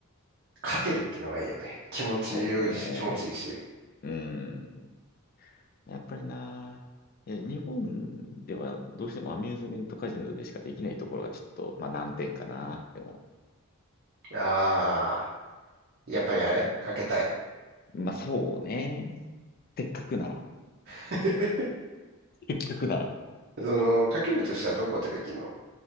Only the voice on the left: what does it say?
そうね。
うん。やっぱりな。いや日本ではどうしてもアミューズメントカジノでしかできないところがちょっと、まあ、難点かな。でも、
まあ、そうね。せっかくなら。
せっかくなら。